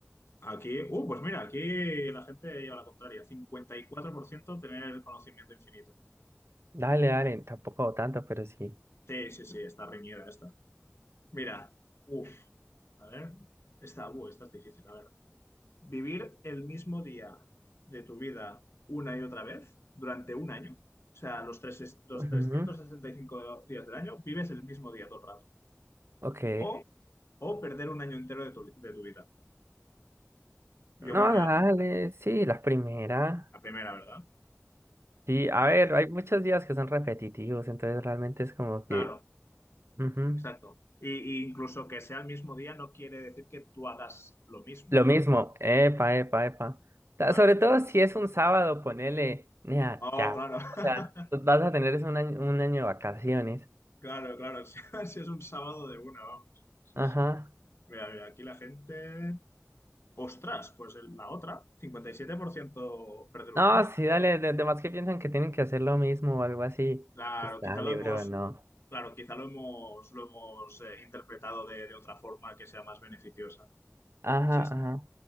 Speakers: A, on the left (about 65°); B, on the right (about 60°).
A: Aquí, uh, pues mira, aquí la gente lleva la contraria. cincuenta y cuatro por ciento tener conocimiento infinito.
B: Dale, dale, tampoco tanto, pero sí.
A: Sí, sí, sí, está reñida esta. Mira, uff, a ver, esta, uh, esta es difícil, a ver. Vivir el mismo día de tu vida una y otra vez durante un año. O sea, los, tres, los
B: Ujú,
A: 365 días del año vives el mismo día todo el rato.
B: Ok.
A: O, o perder un año entero de tu, de tu vida. Yo,
B: No,
A: bueno,
B: dale,
A: yo
B: sí, la primera.
A: la primera, ¿verdad?
B: Sí, a
A: Aparte,
B: ver, hay muchos días que son repetitivos, entonces realmente es como que...
A: claro,
B: ujú.
A: Exacto. Y, y incluso que sea el mismo día no quiere decir que tú hagas lo mismo,
B: Lo
A: ¿no?
B: mismo, epa, epa, epa. Ta-
A: Claro.
B: Sobre todo si es un sábado, ponele, nea,
A: Oh,
B: ya.
A: claro.
B: O sea,
A: <laughs>
B: tú vas a tener es un año, un año de vacaciones.
A: Claro, claro. <laughs> Si, si es un sábado de una, vamos. Sí,
B: Ajá.
A: sí. Mira, mira, aquí la gente. Ostras, pues el- la otra, 57% perder un
B: No,
A: año.
B: sí, dale, de, además que piensan que tienen que hacer lo mismo o algo así.
A: Claro,
B: Pues dale,
A: quizá lo hemos,
B: bro, no.
A: claro, quizá lo hemos, lo hemos eh, interpretado de, de otra forma que sea más beneficiosa, ¿no?
B: Ajá,
A: Sí, sí.
B: ajá.